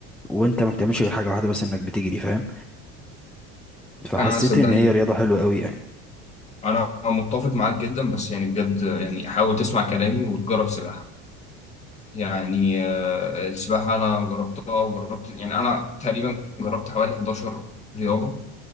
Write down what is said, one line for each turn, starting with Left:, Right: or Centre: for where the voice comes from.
Centre: وانت ما بتعملش غير حاجة واحدة بس انك بتجري فاهم فحسيت
Left: انا صدقني
Centre: ان هي رياضة حلوة قوي يعني
Left: انا متفق معاك جدا بس يعني بجد يعني حاول تسمع كلامي وتجرب سباحه يعني آه، السباحه انا جربتها وجربت يعني انا تقريبا جربت حوالي 11 رياضه